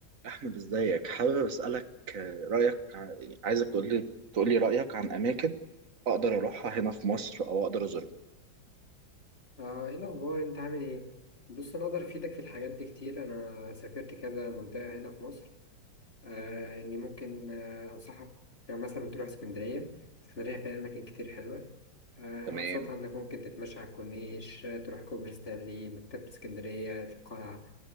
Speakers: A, on the right; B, on the left.
A: أحمد إزيك حابب أسألك آه، رأيك ع- عايزك تقول لي تقول لي رأيك عن أماكن أقدر أروحها هنا في مصر أو أقدر أزورهم
B: آه، ايه الاخبار انت عامل ايه بص انا اقدر افيدك في الحاجات دي كتير انا سافرت كذا منطقه هنا في مصر آه اني ممكن آه انصحك يعني مثلا تروح اسكندريه اسكندريه فيها اماكن كتير حلوه آه
A: تمام
B: ابسطها انك ممكن تتمشى على الكورنيش آه، تروح كوبري ستانلي مكتبه اسكندريه القلعه